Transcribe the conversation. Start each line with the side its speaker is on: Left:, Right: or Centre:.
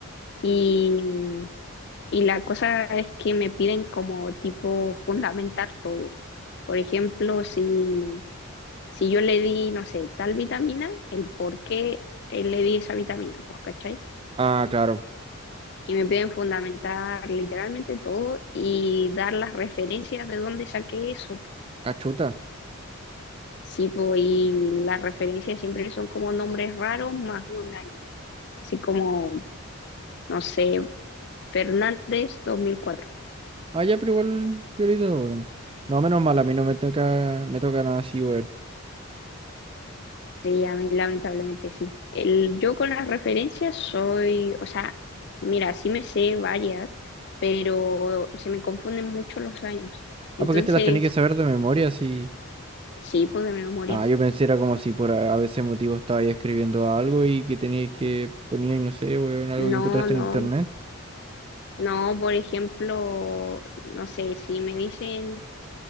Left: y, y la cosa es que me piden como tipo fundamentar todo. Por ejemplo, si, si yo le di, no sé, tal vitamina, el por qué eh, le di esa vitamina, pues, ¿cachai?
Right: Ah, claro.
Left: y me piden fundamentar literalmente todo y dar las referencias de dónde saqué eso.
Right: Ah, chuta.
Left: Sí, po, y las referencias siempre son como nombres raros más un año, así como, no sé, Fernández dos mil cuatro
Right: Ah, ya, pero igual, piolita, weón. No, menos mal, a mí no me toca, me toca nada así, weón.
Left: Sí, a mí lamentablemente sí. El, yo con las referencias soy, o sea, mira, sí me sé varias, pero se me confunden mucho los años.
Right: Ah,
Left: Entonces,
Right: porque te las tenés que saber de memoria, así.
Left: sí, pues de memoria.
Right: Ah, yo pensé era como si por a a veces motivo estaba ahí escribiendo algo y que tenía que ponía, y no sé, weón, algo que
Left: No,
Right: encontraste
Left: no,
Right: en internet.
Left: No, por ejemplo, no sé, si me dicen